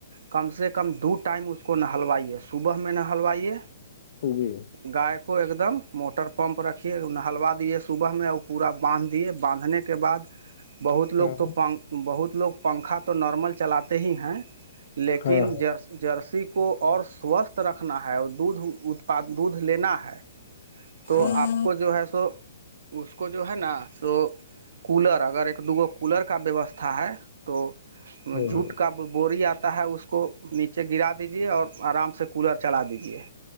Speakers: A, on the right; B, on the left.
A: کم سے کم دو ٹائم اس کو نہلوائیے صبح میں نہلوائیے
B: جی
A: گائے کو ایک دم موٹر پمپ رکھیے ہلوا دیے صبح میں ا پورا باندھ دیے باندھنے کے بعد بہت لوگ
B: ہاں
A: تو پن بہت لوگ پنکھا تو نارمل چلاتے ہی ہیں لیکن
B: ہاں
A: جس جرسی کو اور سوستھ رکھنا ہے اور دودھ اتپاد دودھ لینا ہے تو
B: ہاں
A: آپ کو جو ہے سو اس کو جو ہے نا سو کولر اگر ایک دوگو کولر کا ویوستھا ہے تو
B: ہاں
A: جوٹ
B: ہاں
A: کا بوری آتا ہے اس کو نیچے گرا دیجیے اور آرام سے کولر چلا دیجیے